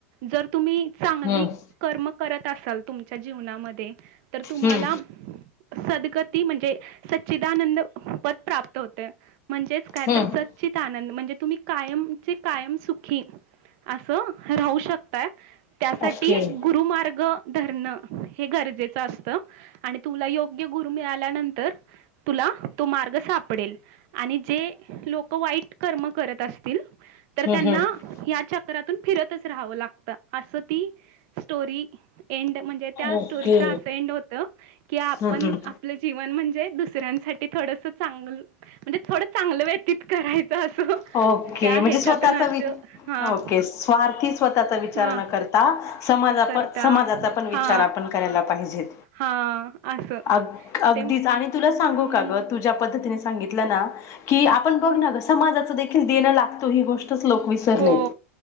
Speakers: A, on the right; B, on the left.
A: जर तुम्ही चांगली
B: हम्म
A: कर्म करत असाल तुमच्या जीवनामध्ये तर तुम्हाला
B: हम्म
A: सद्गती म्हणजे सच्चिदानंद पद प्राप्त होते म्हणजेच काय
B: हम्म
A: तर स चित आनंद म्हणजे तुम्ही कायमचे कायम सुखी असं राहू शकता त्यासाठी
B: ओके हम्म
A: गुरुमार्ग धरण हे गरजेच त आणि तुला योग्य गुरु मिळाल्यानंतर तुला तो मार्ग सापडेल आणि जे लोक वाईट कर्म करत असतील तर त्यांना
B: हम्म
A: या चक्रातून फिरतच राहावं लागत अस ती स्टोरी एंड म्हण त्या
B: ओके
A: सोरी होत की आप
B: हम्म हम्म
A: आप जीवन म्हणजे दुसऱ्यांसाठी थोडस चांगल म्हणजे थोडं चांगलं व्यतीत करायचं असं
B: ओके
A: त्या
B: म्हणजे
A: ह्याच्यातून
B: स्वतःचा
A: असं
B: वि
A: हां
B: ओके स्वार्थी स्वतःचा विचार
A: हा
B: न करता समाजापण
A: न करता
B: समाजाचा पण विचार
A: हा
B: आपण करायला पाहिजे.
A: हा असं
B: अ अगदीच
A: ते
B: आणि तुला सांगू
A: हम्म
B: का ग तुझ्या पद्धतीने सांगितलं ना की आपण
A: हम्म
B: बघ ना समाजाच देण लागतो ही गोष्ट. लोक विसरलेत
A: हो